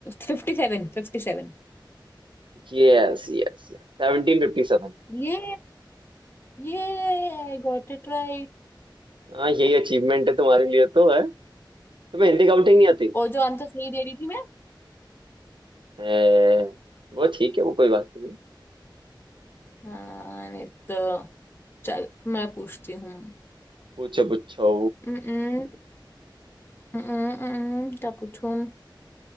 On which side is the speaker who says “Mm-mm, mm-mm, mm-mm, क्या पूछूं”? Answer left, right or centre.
Left